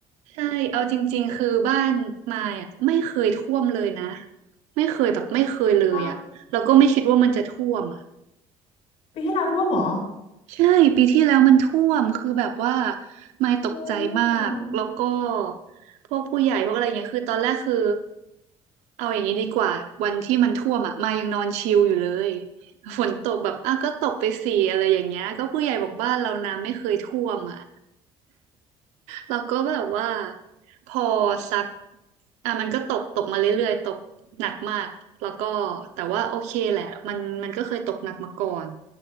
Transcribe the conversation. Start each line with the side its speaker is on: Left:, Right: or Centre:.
Right: ใช่เอาจริงๆคือบ้านมายอ่ะไม่เคยท่วมเลยนะไม่เคยแบบไม่เคยเลยอ่ะแล้วก็ไม่คิดว่ามันจะท่วมอะ
Left: ว่าปีที่แล้วท่วมเหรอ
Right: ใช่ปีที่แล้วมันท่วมคือแบบว่าไม่ตกใจมากแล้วก็
Left: โอ้ยสงสาร
Right: พวกผู้ใหญ่พวกอะไรเงี้ยคือตอนแรกคือเอาอย่างนี้ดีกว่าวันที่มันท่วมอ่ะมายังนอนชิลอยู่เลยฝนตกแบบอ่ะก็ตกไปสี่อะไรอย่างเงี้ยก็ผู้ใหญ่บอกบ้านเราน้ำไม่เคยท่วมอ่ะ เราก็แบบว่าพอซักอ่ะมันก็ตกตกมาเรื่อยๆตกหนักมากแล้วก็แต่ว่าโอเคแหละมันมันก็เคยตกหนักมาก่อน